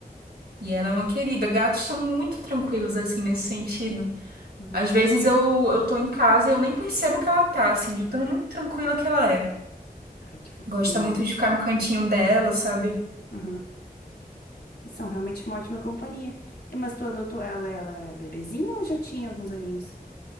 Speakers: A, on the right; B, on the left.
A: E ela é uma querida. Gatos são muito tranquilos, assim, nesse sentido.
B: uhum.
A: Às vezes eu, eu tô em casa e eu nem percebo que ela tá, assim, de tão tranquila que ela é.
B: Ai, que fofinha.
A: Gosta muito de ficar no cantinho dela, sabe?
B: Uhum. São realmente uma ótima companhia. E, mas tu adotou ela, ela era bebezinha ou já tinha alguns aninhos?